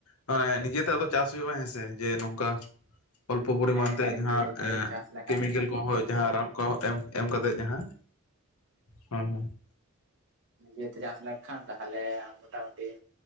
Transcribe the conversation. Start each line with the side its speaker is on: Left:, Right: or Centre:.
Left: ᱢᱟᱱᱮ, ᱱᱤᱡᱮ ᱛᱮ ᱟᱫᱚ ᱪᱟᱥ ᱦᱩᱭᱩᱜᱼᱟ ᱦᱮᱸᱥᱮ, ᱡᱮ ᱱᱚᱝᱠᱟ ᱚᱞᱯᱚ ᱯᱚᱨᱤᱢᱟᱱ
Right: ᱦᱮᱸ
Left: ᱛᱮ
Right: ᱦᱮᱸ
Left: ᱡᱟᱦᱟᱸ
Right: ᱱᱤᱡᱮᱛᱮ
Left: ᱮ,
Right: ᱪᱟᱥ ᱞᱮᱠᱷᱟᱱ
Left: ᱠᱮᱢᱤᱠᱮᱞ ᱠᱚ ᱦᱚᱸ ᱡᱟᱦᱟᱸ ᱨᱟᱱ ᱠᱚ ᱮᱢ ᱮᱢ ᱠᱟᱛᱮ ᱡᱟᱦᱟᱸ, ᱦᱮᱸ ᱦᱮᱸ,
Right: ᱱᱤᱡᱮ ᱛᱮ ᱪᱟᱥ ᱞᱮᱱ ᱠᱷᱟᱱ ᱛᱟ ᱦᱚᱞᱮ ᱢᱚᱴᱟ ᱢᱩᱴᱤ,